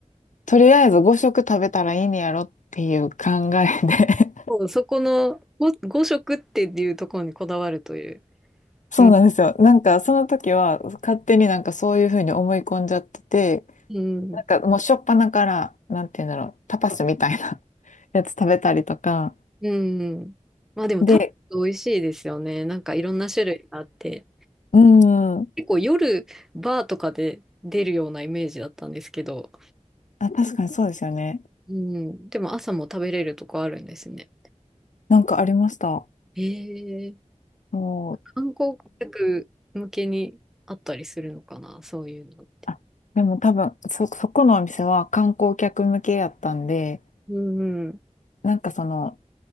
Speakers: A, on the left; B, in the centre.
A: とりあえず5食食べたらいいんやろっていう考えで
B: そうそこのご5食っていうところにこだわるという。
A: <laughs> そうなんですよ。
B: うん。
A: なんかその時は勝手になんかそういうふうに思い込んじゃってて、
B: うん。
A: なんかもうしょっぱなから、なんて言うんだろう、タパスみたいな <laughs> やつ食べたりとか、
B: うん。まあでも多分美味しいですよね。
A: で、
B: なんかいろんな種類があって。
A: うん、
B: 結構夜バーとかで出るようなイメージだったんですけど。
A: あ、確かにそうですよね。
B: うん。でも朝も食べれるとこあるんですね。
A: なんかありました。
B: えー、
A: そう。
B: 観光客向けにあったりするのかなそういうの。
A: あでも多分そ、そこのお店は観光客向けやったんで、
B: うん、
A: なんかその、